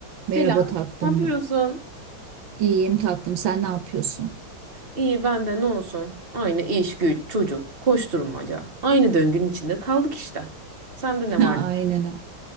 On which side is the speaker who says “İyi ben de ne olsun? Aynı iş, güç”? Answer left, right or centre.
Right